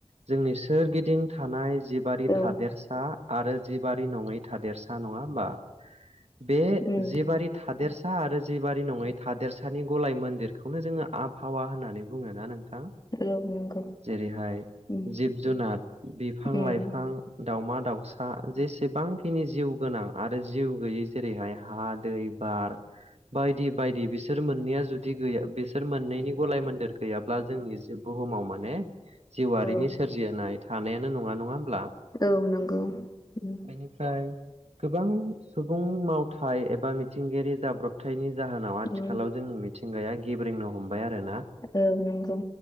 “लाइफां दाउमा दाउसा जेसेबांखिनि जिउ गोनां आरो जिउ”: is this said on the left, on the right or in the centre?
Right